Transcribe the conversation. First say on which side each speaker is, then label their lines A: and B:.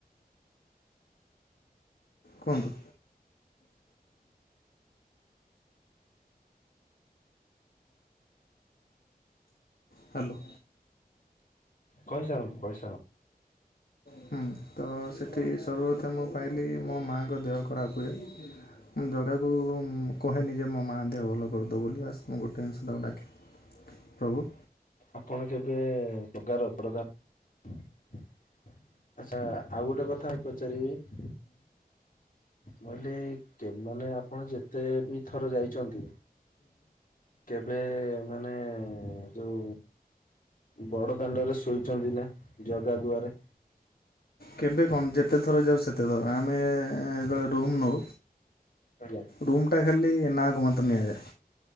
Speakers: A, on the left (about 75°); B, on the left (about 60°).
A: କୁହନ୍ତୁ। ହ୍ୟାଲୋ,
B: କହିସାର କହିସାର।
A: ହୁଁ ତ ସେଠି ସର୍ବପ୍ରଥମେ ମୁଁ ପାଇଲି ମୋ ମାଆଙ୍କ ଦେହ ଖରାପ ହୁଏ। ଜଗାକୁ ମୁଁ କହେନି ଯେ ମୋ ମାଆ ଦେହ ଭଲ କରିଦବ ବୋଲି ବାସ୍ ମୁଁ ଗୋଟେ ଜିନିଷତାକୁ ମାଗେ। ପ୍ରଭୁ,
B: ଆପଣ କେବେ ପ୍ରକାର ଅପ୍ରଦାନ ଆଚଛା ଆଉ ଗୋଟେ କଥା ହେ ପଚାରିବି କହିଲେ ମାନେ ଆପଣ ଯେତେ ଦୁଇଥର ଯାଇଛନ୍ତି କେ ଏବେ ମାନେ ଯୋଉ ବଡ ଦାଣ୍ଡରେ ଶୋଇଛନ୍ତି ନା ଜଗା ଦୁଆରେ?
A: କେବେ କଣ ଯେତେ ଥର ଯାଉ ସେତେ ଥର ଆମେ ଯେତେବେଳେ ରୁମ୍ ନଉ
B: ଆଜ୍ଞା।
A: ରୁମ୍ଟା ଖାଲି ନାକୁ ମାତ୍ର ନିଆଯାଏ